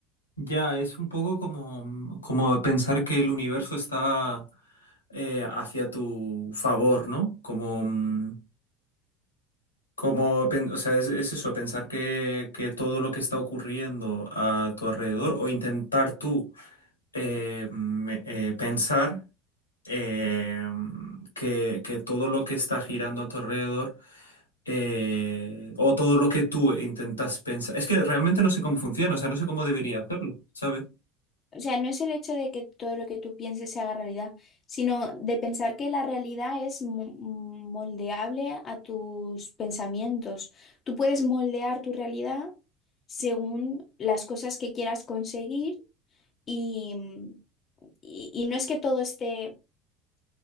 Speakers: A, on the left (about 80°); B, on the left (about 35°).
A: Ya, es un poco como, como pensar que el universo está eh, hacia tu favor, ¿no? Como, mm, como, pen- o sea, es, es eso, pensar que, que todo lo que está ocurriendo a tu alrededor o intentar tú eh, me- eh, pensar eh, que, que todo lo que está girando a tu alrededor eh, o todo lo que tú intentas pensar. Es que realmente no sé cómo funciona, o sea, no sé cómo debería hacerlo, ¿sabes?
B: O sea, no es el hecho de que todo lo que tú pienses se haga realidad, sino de pensar que la realidad es mo- mm, moldeable a tus pensamientos. Tú puedes moldear tu realidad según las cosas que quieras conseguir y, mm, y, y no es que todo esté